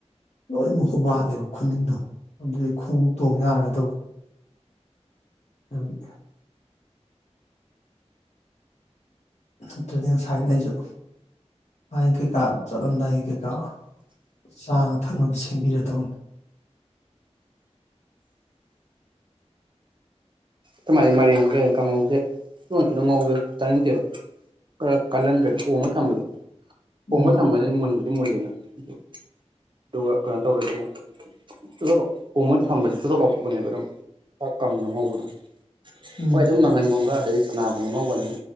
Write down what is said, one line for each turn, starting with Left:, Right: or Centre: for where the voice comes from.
Left: ꯂꯣꯏꯃꯛ ꯍꯨꯕꯥꯠꯂꯦꯕ ꯈꯨꯅꯤꯡꯗꯣ ꯑꯗꯨꯗꯤ ꯈꯣꯡꯎꯞ ꯇꯣꯡ ꯌꯥꯔꯣꯏꯗꯧꯕ ꯑꯗꯨꯒꯤ ꯅꯠꯇ꯭ꯔꯗꯤ ꯉꯁꯥꯏꯅ ꯑꯩꯁꯨ ꯍꯥꯏꯅ ꯀꯩꯀꯥ ꯆꯠꯂꯝꯗꯥꯏꯒꯤ ꯀꯩꯀꯥ ꯆꯥꯅ ꯊꯛꯅꯕ ꯁꯦꯝꯕꯤꯔꯗꯕꯅꯤ
Right: ꯑꯗꯨꯃꯥꯏꯅ ꯃꯥꯏꯦꯟ ꯀꯩ ꯀꯥꯡꯉꯧꯁꯦ ꯆꯨꯅ ꯆꯨꯅ ꯉꯧꯕ ꯆꯥꯅꯤꯡꯗꯦꯕ ꯈꯔ ꯀꯥꯍꯟꯗ꯭ꯔꯗꯤ ꯑꯣꯃ ꯊꯝꯕꯗꯣ
Left: ꯎꯝ
Right: ꯑꯣꯃꯥ ꯁꯝꯃꯅꯦꯕ ꯑꯗꯨꯝ ꯃꯨꯜꯂꯤꯦꯅ ꯑꯗꯨ ꯑꯗꯨꯒ ꯀꯩꯅꯣ ꯇꯧꯔꯗꯤꯅꯦ ꯆꯨꯊꯣꯛ ꯄꯣꯝꯃ ꯊꯝꯕꯁꯦ ꯆꯨꯊꯣꯛ ꯂꯥꯎꯊꯣꯛꯄꯅꯦꯕ ꯑꯗꯨꯝ ꯆꯥꯛ ꯀꯪꯅ ꯉꯧꯕꯗꯣ
Left: ꯎꯝ
Right: ꯍꯣꯏ ꯑꯗꯨꯝ ꯃꯪꯒꯟꯒꯨꯝꯕ ꯑꯗꯗꯒꯤ ꯁꯅꯥꯒꯨꯝꯝ ꯑ ꯉꯧꯕꯅ